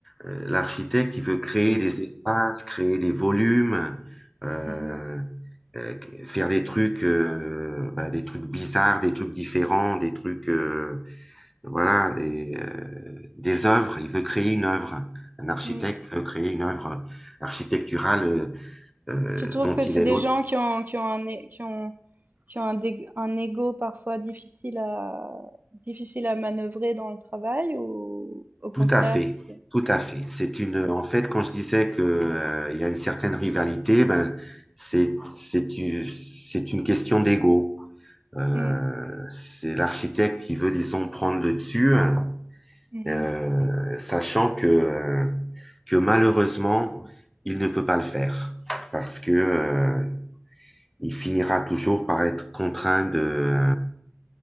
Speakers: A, in the centre; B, on the right.
A: euh, l'architecte, il veut créer des espaces, créer des volumes, euh,
B: Mhm,
A: euh, faire des trucs, euh, ben, des trucs bizarres, des trucs différents, des trucs. euh, voilà, des, euh, des œuvres. Il veut créer une œuvre. Un architecte
B: mm.
A: veut créer une œuvre architecturale euh, euh,
B: Tu trouves
A: dont
B: que
A: il
B: c'est
A: est
B: des
A: l'autre.
B: gens qui ont, qui ont un, é- qui ont, qui ont un, dé- un ego parfois difficile à, difficile à manœuvrer dans le travail ou au contraire,
A: Tout à fait,
B: c'est-
A: tout à fait. C'est une, en fait, quand je disais que euh, il y a une certaine rivalité, ben c'est c'est une c'est une question d'ego. Euh,
B: Mm,
A: c'est l'architecte qui veut, disons, prendre le dessus, hein,
B: mhm.
A: euh, sachant que euh, que malheureusement il ne peut pas le faire parce que euh, il finira toujours par être contraint de,